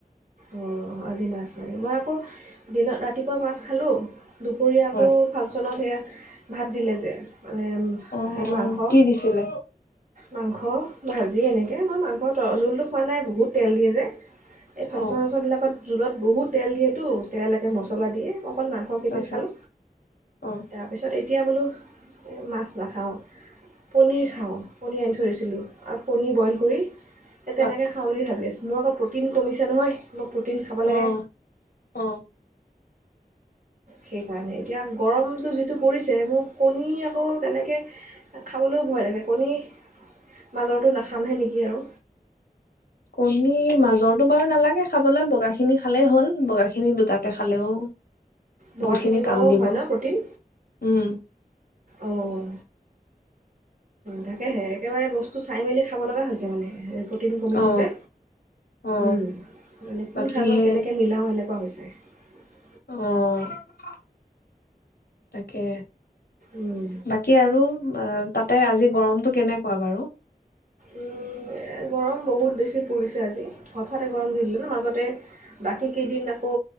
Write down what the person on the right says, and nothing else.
অঁ আজি মাছ মাৰি মই আকৌ দিনত ৰাতিপুৱা মাছ খালোঁ। দুপৰীয়া আকৌ
ফাংচনত সেয়া। ভাত দিলে যে। মানে
সেই
মাংস,
মাংস ভাজি এনেকে। এ মই মাংসৰ জোলটো খোৱা নাই বহুত তেল দিয়ে যে। ফাংচন
চাংচনবিলাকত জোলত বহুত তেল দিয়েতো তেল একে মছলা দিয়ে। অকল মাংস কেইপিচ
খালো
তাৰপিছত এতিয়া বোলো এই মাছ নাখাওঁ পনিৰ খাওঁ পনিৰ আনি থৈ দিছিলো আৰু পনীৰ বইল কৰি এ তেনেকে
খাওঁ ভাবি আছিলোঁ। <unintelligible> প্ৰটিন <unintelligible> নহয় মই প্ৰটিন খাব লাগে
সেইকাৰণে এতিয়া গৰমটো যিটো পৰিছে মোৰ কণী আকৌ তেনেকে খাবলৈও ভয় লাগে। কণীৰ, মাজৰটো নাখামহে নিকি আৰু
বগাখিনিৰ
পৰাও
হয় ন প্ৰটিন
অ' তাকেহে একেবাৰে বস্তু চাই মেলি খাব লগা হৈছে মানে, প্ৰটিন কমিছে
যে
উম মানে কোন
সাজত
কেনেকে মিলাও, <unintelligible>
উম,
উম গৰম বহুত বেছি পৰিছে আজি হঠাতে গৰম দি দিলে ন মাজতে বাকী কেইদিন আকৌ